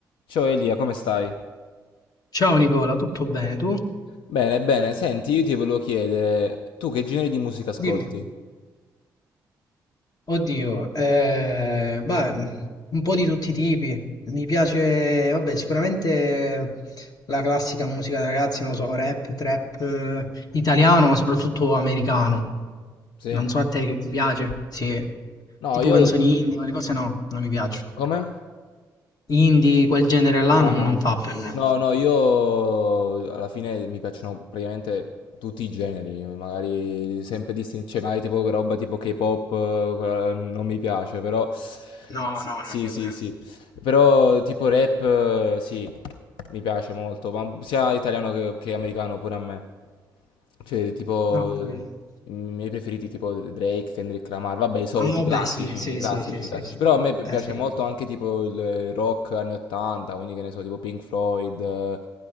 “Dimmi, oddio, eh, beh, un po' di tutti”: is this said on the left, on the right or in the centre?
Left